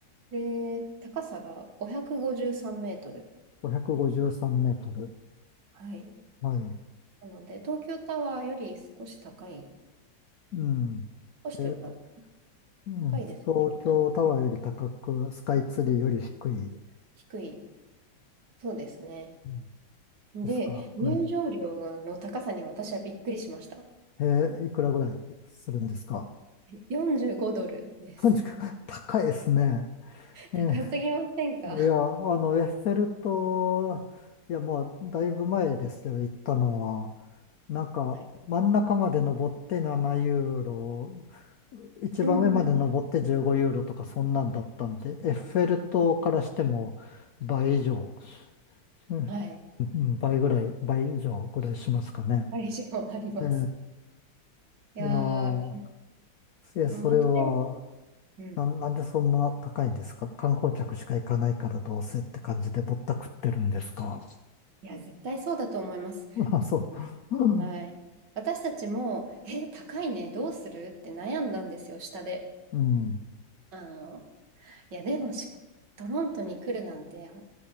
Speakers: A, on the right; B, on the left.
A: で、高さが553メートル。
B: 553メートル。
A: はい。
B: はい。
A: なので、東京タワーより少し高い、
B: うん。
A: 少しというか
B: で、うん、
A: 高いですよね、
B: 東京タワーより高く、
A: きっと。
B: スカイツリーより低いう
A: 低い。そうですね。
B: ん
A: で、
B: ですかはい。
A: 入場料の高さに私はびっくりしました。
B: えーいくらぐらいするんですか
A: 45ドルです。
B: ?39、<laughs> 高いですね。
A: 高すぎませんか
B: えーいや、あの、エッフェル塔、いや、もうだいぶ前ですけど、行ったのは、なんか、
A: はい
B: 真ん中まで登って7ユーロ、一番上まで登って15ユーロとか、
A: うんうん
B: そんなんだったんで、エッフェル塔からしても倍以上、うん
A: はい。
B: うん倍ぐらい、倍以上ぐらいしますかね。
A: 会場あります。
B: え
A: いやー、
B: えいやー、え、
A: うんまあ、
B: それは、
A: とりあえずうん。
B: なん、なんでそんな高いんですか観光客しか行かないからどうせって感じでぼったくってるんですか
A: いや、絶対そうだと思います。
B: まあ、そう。
A: はい。私たちも、え、高いね、どうするって悩んだんですよ、下で。
B: うん。
A: あの、いや、でもし、トロントに来るなんて